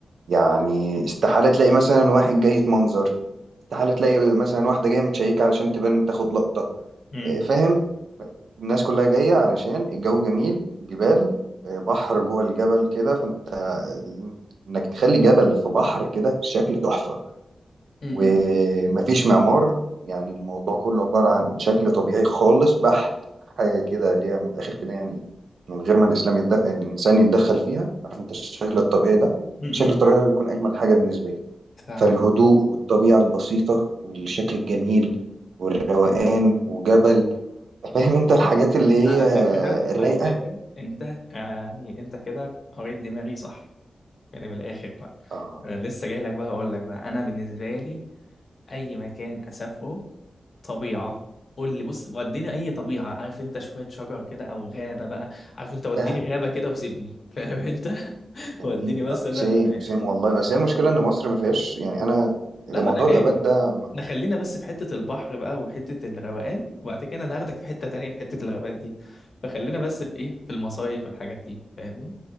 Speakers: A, on the right; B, on the left.
A: يعني استحاله تلاقي مثلا واحد جاي يتمنظر استحاله تلاقي مثلا واحده جايه متشيكه علشان تبان تاخد لقطه
B: ليه
A: آه، فاهم الناس كلها جاية علشان الجو جميل جبال آه، بحر جوه الجبل كده فانت ال- انك تخلي جبل في بحر كده شكل تحفة
B: امم
A: ومفيش معمار يعني الموضوع كله عبارة عن شكل طبيعي خالص بحت حاجة كده اللي هي من الآخر كده يعني من غير ما الإسلام يد... الإنسان يتدخل فيها عارف انت الشكل الطبيعي ده
B: امم
A: الشكل الطبيعي
B: فاهمك
A: ده بيكون أجمل حاجة بالنسبة لي
B: فاهمك
A: فالهدوء والطبيعة البسيطة والشكل الجميل والروقان وجبل فاهم انت الحاجات اللي هي
B: على فكرة
A: الرايقه
B: على فكرة انت يعني انت كده قريت دماغي صح يعني من الاخر بقى
A: اه
B: انا لسه جاي لك بقى هقول لك بقى انا بالنسبة لي اي مكان اسافره طبيعة قول لي بص وديني اي طبيعة عارف انت شوية شجر كده او غابة بقى عارف انت وديني
A: دهب
B: غابة كده وسيبني فاهم انت <laughs>
A: جميل
B: وديني مثلا
A: آه. سيم سيم والله بس هي المشكله ان مصر ما فيهاش يعني انا
B: لا
A: موضوع
B: بقى انا جاي
A: الغابات
B: لك
A: ده
B: احنا خلينا بس في حته البحر بقى وحته الروقان وبعد كده انا هاخدك في حته تانية في حته الغابات دي فخلينا بس في ايه في المصايف والحاجات دي فاهمني